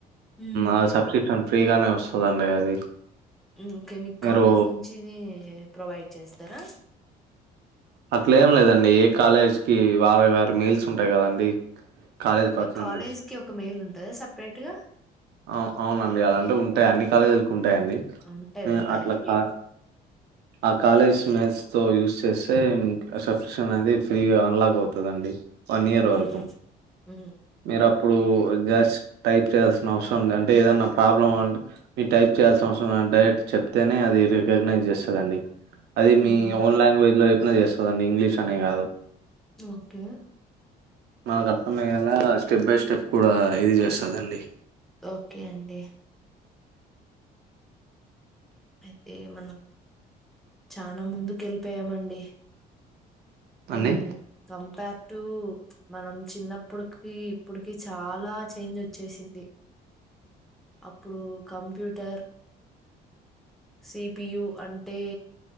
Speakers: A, in the centre; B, on the right.
A: హ్మ్.
B: ఆ సబ్స్క్రిప్షన్ ఫ్రీగానే వస్తదండి అది
A: ఓకే మీకు
B: మీరు
A: కాలేజ్ నుంచినీ ప్రొవైడ్ చేస్తారా
B: అట్లేం లేదండి ఏ కాలేజ్ కి వారి వారి మెయిల్స్ ఉంటాయి కదండి కాలేజ్
A: మీ
B: పర్సనల్
A: కాలేజ్కి
B: మెస్
A: ఒక మెయిల్ ఉంటదా సపరేట్ గా
B: అ అవునండి అలాంటే ఉంటాయి అన్ని కాలేజీకి ఉంటాయండి
A: ఉంటాయి.
B: ఉ
A: ఉంటాయి.
B: అట్లకా ఆ కాలేజ్ మెయిల్స్ తో యూస్ చేస్తే సబ్క్రిప్షన్ అనేది ఫ్రీగా అన్లాక్ అవుతదండి వన్ ఇయర్
A: హ్మ్.
B: వరకు
A: హ్మ్.
B: మీరు అప్పుడు జస్ట్ టైప్ చేయాల్సి అవసరం అంటే ఏదన్నా ప్రాబ్లం అంటే మీరు టైప్ చేయాల్సిన అవసరం డైరెక్ట్ చెప్తేనే అది రికగ్నైజ్ చేస్తదండి అది
A: హ్మ్.
B: మీ ఓన్ లాంగ్వేజ్ లో చెప్పినా చేస్తదండి ఇంగ్లీష్ అనే కాదు
A: ఓకే
B: మనకు అర్థమయ్యేలా స్టెప్ బై స్టెప్ కూడా ఇది చేస్తదండి
A: ఓకే అండి అయితే మనం చానా ముందు వెళ్ళిపోయామండి వెన్
B: అండి
A: కంపేర్ టు మనం చిన్నప్పటికి ఇప్పుటికి చాలా చేంజ్ వచ్చేసింది అప్పుడు కంప్యూటర్ సిపియు అంటే